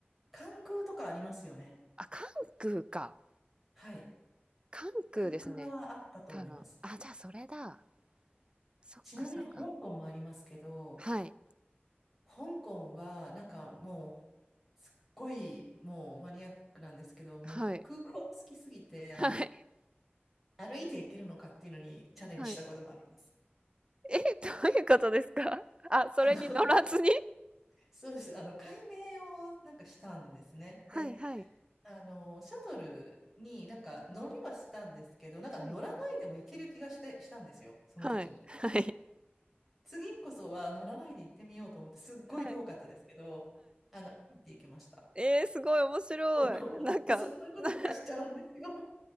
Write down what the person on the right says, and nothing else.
あ、関空か。
関空ですね、
多分。あ、じゃあそれだ。そっかそっか。
はい、
はい、はい。
はい。え、どういうことですか？<laughs> あ、それに乗らずに？
はいはい。
うん、
はい。
はい、<laughs> はい、
はい、
えーすごい面白い。
なんか、
な